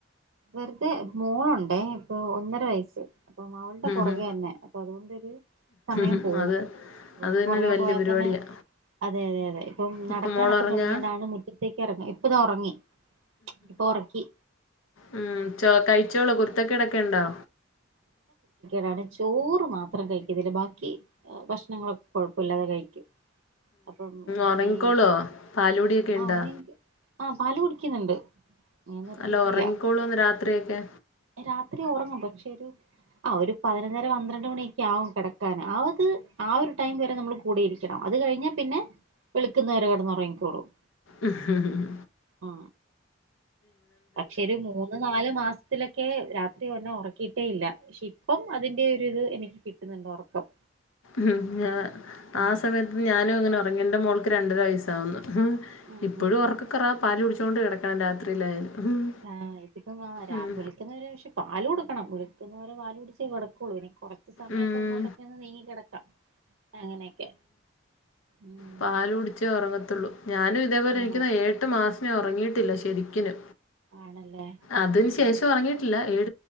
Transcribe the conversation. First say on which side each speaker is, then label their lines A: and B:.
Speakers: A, on the right; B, on the left.
A: വെറുതെ മോളുണ്ടേ ഇപ്പോൾ ഒന്നര വയസ്സ് അപ്പൊ അവളുടെ പുറകെന്നെ
B: ഹ്.
A: അപ്പൊ അതുകൊണ്ടൊരു സമയം
B: ഹ്.
A: പോവും
B: അത്
A: ഇവൾടെ
B: അത് തന്നെ
A: പുറകേ
B: ഒരു വല്യ
A: പോയാതന്നെ
B: പരിപാടിയാ.
A: അതെ അതെ അതെ ഇപ്പം നടക്കാനൊക്കെ
B: ഇപ്പൊ മോളൊറങ്ങാ?
A: തുടങ്ങിയണ്ടാണ് മുറ്റത്തേക്ക് ഇറങ്ങ ഇപ്പതാ ഉറങ്ങി ഇപ്പൊറക്കി
B: ഉം ചോ കഴിച്ചോളോ കുരുത്തക്കേടൊക്കെ ഉണ്ടോ
A: ടാണ് ചോറ് മാത്രം കഴിക്കതില്ല ബാക്കി ഭക്ഷണങ്ങളൊക്ക കുഴപ്പല്ലാതെ കഴിക്കും അപ്പം
B: ഒറങ്ങിക്കോളോ?
A: ഈ
B: പാലുടിയൊക്കെ
A: ആ
B: ഇണ്ടാ?
A: ഓ ആ പാല് കുടിക്കുന്നുണ്ട് ഞാൻ നിർത്തിയിട്ടില്ല
B: അല്ല ഉറങ്ങിക്കോളോന്ന് രാത്രിയൊക്കെ
A: രാത്രി ഒറങ്ങും പക്ഷെ ഒരു ആ ഒരു പതിനൊന്നര പന്ത്രണ്ട് മണിയൊക്കെയാവും കിടക്കാൻ അവക് ആ ഒരു ടൈം വരെ നമ്മൾ കൂടെ ഇരിക്കണം അത് കഴിഞ്ഞാൽ പിന്നെ വെള്ക്കുന്നവരെ കെടന്നൊറങ്ങിക്കോളും
B: ഉംഹു ഹ്‌
A: ആ പക്ഷെ ഒരു മൂന്ന് നാലു മാസം ത്തിലൊക്കെ രാത്രി എന്നെ ഉറക്കിയിട്ടേ ഇല്ല പക്ഷെ ഇപ്പം അതിന്റെറെ ഒരു ഇത് എനിക്ക് കിട്ടുന്നുണ്ട് ഉറക്കം
B: ഹും ആ
A: ഉം
B: ആ സമയത്ത് ഞാനുംങ്ങനെ ഉറങ്ങേണ്ട ന്റെ മോൾക്ക് രണ്ടര വയസാവുന്നു
A: ഉം
B: ഇപ്പോഴും
A: ഉം
B: ഉറക്കകുറവപാല് കുടിച്ചുകൊണ്ട് കിടക്കണം രാത്രിയിലായാലും ഉം
A: ആഹ് ഇതിപ്പ ആ രാവെളുക്കുന്നവരെപക്ഷെ
B: ഉം
A: പാല കൊടുക്ക ണം വെളുക്കുന്നവരെ വാല് കുടിച്ചേ കിടക്കുള്ളു പിന്നെ കുറച്ച് സമയൊക്കെ
B: ഉം
A: ഇങ്ങോട്ടൊക്കെ ഒന്ന് നീങ്ങി കിടക്കാം അങ്ങനെയൊക്കെ ഉം
B: പാല കുടിച്ചേ ഉറങ്ങത്തുള്ളൂ ഞാനും ഇതേപോലെ
A: ആഹ്
B: എനക്ക് എഴഏട്ട് മാസം ഞ ഉറങ്ങിയിട്ടില്ല ശരിക്കന്
A: ആണല്ലേ
B: അതിന്
A: ഉം
B: ശേഷം ഉറങ്ങിട്ടില്ല ഏഴ